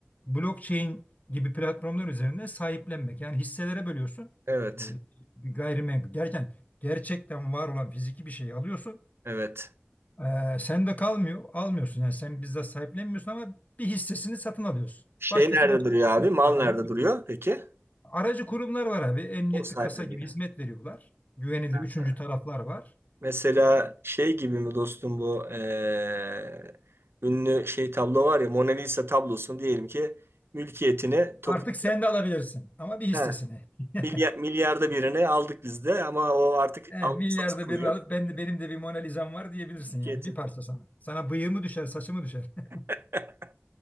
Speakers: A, on the left; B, on the right.
A: blockchain gibi platformlar üzerinde sahiplenmek. Yani hisselere bölüyorsun.
B: Evet.
A: Ee, bir gayrimenkul. Gerçekten, gerçekten var olan fiziki bir şeyi alıyorsun.
B: Evet.
A: Ee, sen de kalmıyor, almıyorsun. Yani sen bizzat sahiplenmiyorsun ama bir hissesini satın alıyorsun.
B: Şey
A: Başkası
B: nerede
A: başka
B: duruyor
A: bir
B: abi?
A: hissesini
B: Mal
A: almıyor.
B: nerede duruyor peki?
A: Aracı kurumlar var abi. Emniyetli
B: O sahipleniyor.
A: kasa gibi hizmet veriyorlar. Güvenilir
B: Ha.
A: üçüncü taraflar var.
B: Mesela
A: E,
B: şey gibi mi dostum bu eee, ünlü şey tablo var ya Mona Lisa tablosun diyelim ki mülkiyetini Tokyo
A: Artık sen de alabilirsin ama bir hissesini.
B: He,
A: <laughs>
B: milyar, milyarda birine aldık biz de ama o artık
A: He,
B: alınıp
A: milyarda
B: satılmıyor.
A: birini alıp ben de benim de bir Mona Lisa'm var diyebilirsin
B: Mülkiyetin.
A: yani bir parça sana. Sana bıyığı mı düşer, saçı mı düşer? <laughs>
B: <laughs>